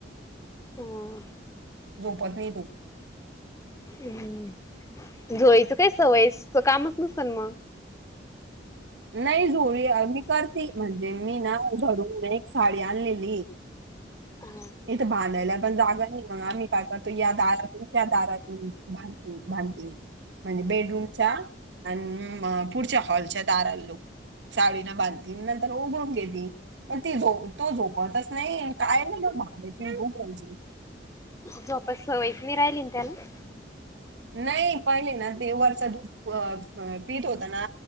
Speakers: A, on the left (about 15°); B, on the right (about 75°).
A: हम्म
B: झोपत नाही तू
A: हम्म जोयचं काही सवयीच कामच नसत ना मग
B: नाही जोळी मी करते म्हणजे मी ना घरून एक साडी आणलेली
A: हा
B: इथे बांधायला पण जागा नाही मग आम्ही काय करतो या दारातून त्या दारातून भां भांधती आणि बेडरूमच्या आणि म पुढच्या हॉलच्या दाराात लोक साडीन बांधतील नंतर उघडून घेली. मग ती तो झोपतच नाही काय ना म भागयची झोपायची
A: झोपाची सवयस मी राहिली ना त्याला
B: नाही पहिले ना ते वर्ष दूध पीठ होतं ना